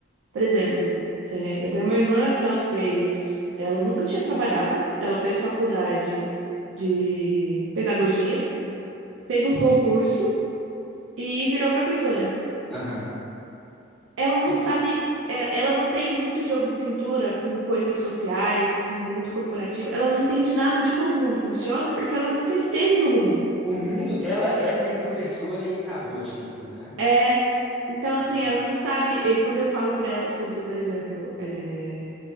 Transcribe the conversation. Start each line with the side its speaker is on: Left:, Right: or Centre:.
Right: por exemplo, eh, eu tenho uma irmã que ela fez, ela nunca tinha trabalhado, ela fez faculdade de pedagogia, fez
Centre: sim,
Right: um concurso e virou professora.
Centre: aham.
Right: Ela não
Centre: E
Right: sabe, é, ela não tem muito jogo de cintura com coisas sociais, com o mundo corporativo. Ela não entende nada de como o mundo funciona porque ela nunca esteve no mundo.
Centre: o mundo dela é ser professora e acabou, tipo, né?
Right: É, então assim,
Centre: Uhum.
Right: ela não sabe. e Quando eu falo pra ela sobre, por exemplo, é,